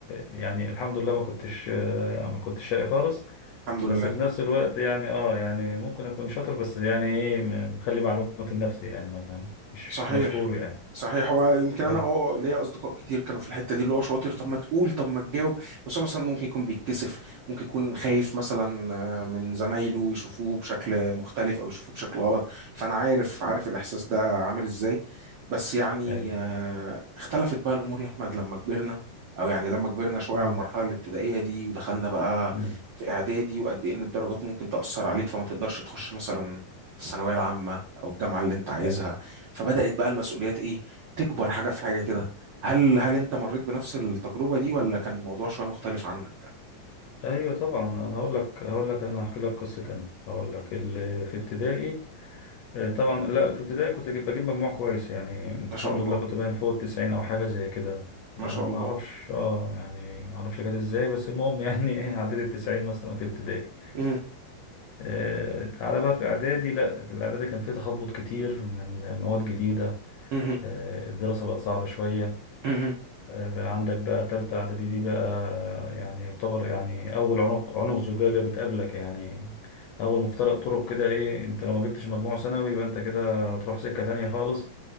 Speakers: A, on the left (about 70°); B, on the right (about 85°).
A: يعني الحمد لله ما كنتش آه، ما كنتش شقي خالص
B: الحمد
A: بس
B: لله
A: في نفس الوقت يعني اه يعني ممكن اكون شاطر بس يعني ايه م- مخلي معلوماتي لنفسي يعني ما مش
B: صحيح
A: مشهور يعني
B: صحيح هو يمكن انا
A: اي
B: اه آه، ليا اصدقاء كتير كانوا في الحته دي اللي هو شاطر طب ما تقول طب ما تجاوب بس هو مثلا ممكن يكون بيتكسف ممكن يكون خايف مثلا آه، من زمايله يشوفوه بشكل مختلف او يشوفوه بشكل غلط فانا عارف عارف الاحساس ده عامل ازاي بس يعني
A: اي
B: آه، اختلفت بقى الامور يا احمد لما كبرنا او يعني لما كبرنا شويه
A: امم
B: على المرحله الابتدائيه دي ودخلنا بقى
A: امم
B: في اعدادي وقد ايه ان الدرجات ممكن تاثر عليك فما تقدرش تخش مثلا الثانويه العامه او الجامعه اللي انت عايزها
A: اي
B: فبدأت بقى المسؤوليات ايه تكبر حاجة في حاجة كده هل هل انت مريت بنفس التجربة دي ولا كان الموضوع شوية مختلف عنك
A: ايوه طبعا انا هقول لك هقول لك انا هحكي لك قصه انا هقول لك اللي في ابتدائي آه، طبعا لا في ابتدائي كنت جيب- بجيب مجموع كويس يعني الحمد
B: ما شاء الله
A: لله كنت باين فوق التسعين او حاجه زي كده
B: ما
A: آه،
B: شاء الله
A: ما اعرفش اه يعني ما اعرفش جت ازاي بس المهم يعني <laughs> ايه عديت التسعين مثلا في ابتدائي
B: امم
A: آه، تعالى بقى في اعدادي لا الاعدادي كان فيه تخبط كتير من مواد جديده
B: امم
A: آه، الدراسه بقت صعبه شويه
B: امم
A: آه، بقى عندك بقى تالتة اعدادي دي بقى يعني يعتبر يعني اول عنق عنق زجاجه بتقابلك يعني اول مفترق طرق كده ايه انت لو ما جبتش مجموع ثانوي يبقى انت كده هتروح سكه تانية خالص